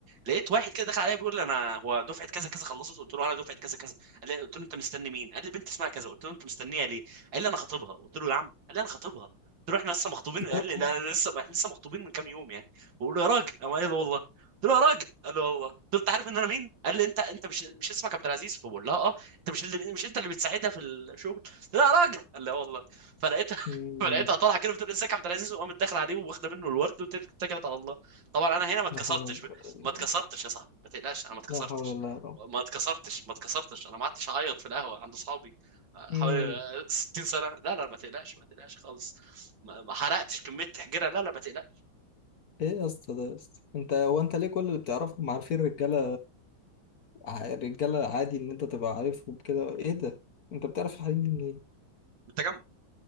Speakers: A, on the right; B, on the left.
A: لقيت واحد كده دخل عليا بيقول لي انا هو دفعه كذا كذا خلصت قلت له انا دفعه كذا كذا قال لي قلت له انت مستني مين قال لي بنت اسمها كذا قلت له انت مستنيها ليه قال لي انا خطيبها قلت له يا عم قال لي انا خطيبها قلت له احنا لسه مخطوبين
B: <laughs>
A: قال لي لا لا لسه لسه مخطوبين من كام يوم يعني بقول له يا راجل قام قال لي والله قلت له يا راجل قال لي والله قلت له انت عارف ان انا مين قال لي انت انت مش مش اسمك عبد العزيز فبقول لها اه انت مش اللي مش انت اللي بتساعدها في الشغل قلت لها يا راجل قال لي اه والله فلقيتها <laughs>
B: مم.
A: فلقيتها طالعه كده بتقول ازيك يا عبد العزيز وقامت داخله عليه واخده منه الورد واتكلت على الله طبعا انا هنا ما اتكسرتش
B: لا حول ولا قوة الا
A: ما اتكسرتش
B: بالله
A: يا صاحبي ما تقلقش انا ما اتكسرتش
B: لا حول ولا يا رب
A: ما اتكسرتش ما اتكسرتش انا ما قعدتش اعيط في القهوه عند اصحابي آه،
B: مم.
A: حوالي آه، 60 سنه لا لا ما تقلقش ما تقلقش خالص ما ما حرقتش كميه تحجيره لا لا ما تقلقش
B: ايه يا اسطى ده يا اسطى انت هو انت ليه كل اللي بتعرفهم عارفين الرجاله ع- الرجاله عادي ان انت تبقى عارفهم كده ايه ده انت بتعرف الحريم دي منين
A: من التجمع